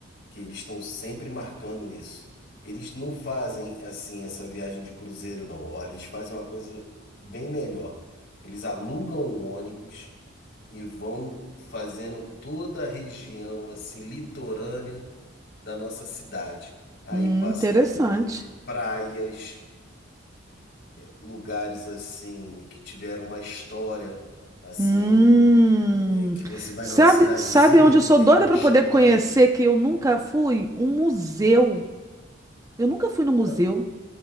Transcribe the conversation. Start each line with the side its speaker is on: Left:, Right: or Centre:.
Left: que eles estão sempre marcando isso. Eles não fazem assim essa viagem de cruzeiro, não. Olha, eles fazem uma coisa bem melhor. Eles alugam um ônibus e vão fazendo toda a região assim litorânea da nossa cidade. Aí
Right: hum,
Left: passa
Right: interessante.
Left: em praias lugares assim que tiveram uma história assim
Right: Hum,
Left: é, que você vai
Right: sabe,
Left: numa cidadezinha
Right: sabe onde eu
Left: que
Right: sou
Left: tem
Right: doida
Left: uma
Right: para
Left: história
Right: poder conhecer que eu nunca fui? Um museu. Eu nunca fui no museu.
Left: Ah,